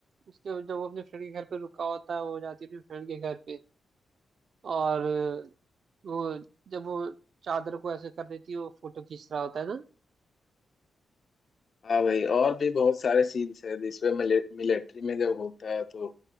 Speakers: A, on the right; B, on the left.
A: उसके जब वो अपने फ्रेंड के घर पे रुका होता है वो जाती है अपने फ्रेंड के घर पे और वो जब वो चादर को ऐसे कर देती है वो फोटो खींच रहा होता है ना
B: हाँ भाई और भी बहुत सारे सीन्स हैं जिसमें मिलिट्री में जब होता है तो